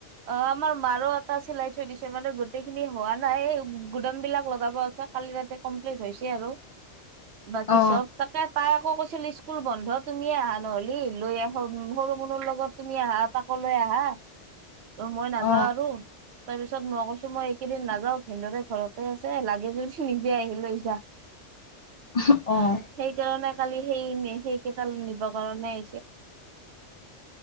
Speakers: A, on the right (about 70°); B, on the left (about 45°).
A: অ' আমাৰ মাৰো এটা চিলাই থৈ দিছে মানে গোটেইখিনি হোৱা নাই। এই গুদাম বিলাক লগাব আছে কাটি তাতে কমপ্লিত হৈছে আৰু বাকী
B: অ
A: চব তাকে তাই আকৌ কৈছিল স্কুল বন্ধ তুমিয়ে আহা নহ'লি লৈ আহো, সৰু সৰুৰ লগত তুমি আহা তাকো লৈ আহা মই নাযাওঁ
B: অ
A: আৰু তাৰ পিছত ম কৈছো মই একেইদিন নাযাও, ভিনদৰে ঘৰতে আছে লাগে যদি নিজে আহি লৈ যা।
B: অহ অ'।
A: সেইকাৰণে কালি সেই সেইকেটা নিব কাৰণে আইছি।